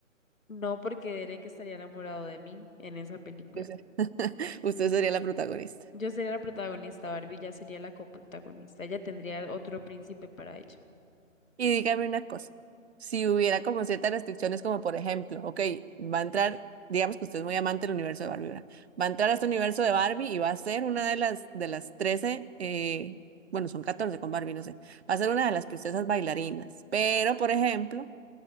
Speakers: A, on the left (about 75°); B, on the right (about 50°).
A: no porque Derek estaría enamorado de mí en esa película.
B: Yo sé. <laughs> Usted sería la protagonista.
A: Yo sería la protagonista, Barbie ya sería la coprotagonista, ella tendría otro príncipe para ella.
B: Y dígame una cosa, si hubiera como ciertas restricciones, como por ejemplo, ok, va a entrar, digamos que usted es muy amante del universo de Barbie, ¿verdad? Va a entrar a este universo de Barbie y va a ser una de las, de las 13 eh, bueno, son 14 con Barbie, no sé, va a ser una de las princesas bailarinas, pero por ejemplo,